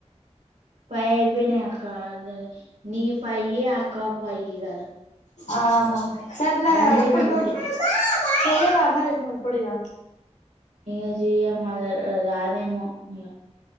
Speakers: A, on the right; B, on the left.
A: ఫైవ్ అయిపోయినయ్ అక్క ఆన్ళ్లనే. నీయి ఫైవ్, అక్కా ఫైవ్ కదా?
B: ఆహా, సరేనా?
A: అందుకే
B: ఇప్పుడు
A: నాకు
B: జూచి
A: ఇక
B: చేయవా మరి నీవు, ఇప్పుడు ఇగ?
A: ఇగ జేయ్, మళ్ల రాదేమో ఇగ.